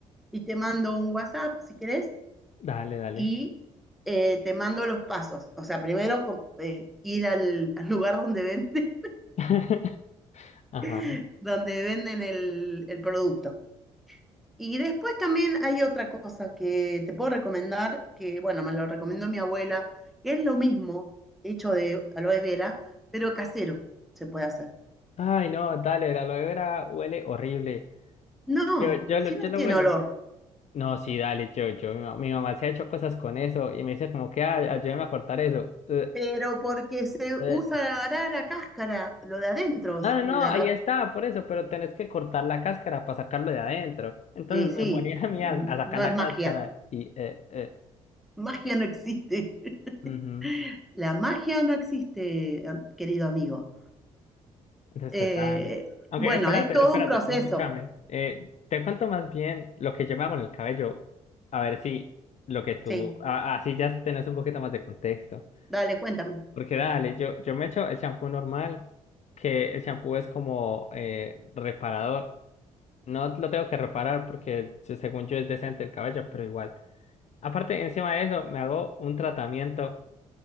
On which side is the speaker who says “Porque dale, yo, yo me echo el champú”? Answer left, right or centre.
Left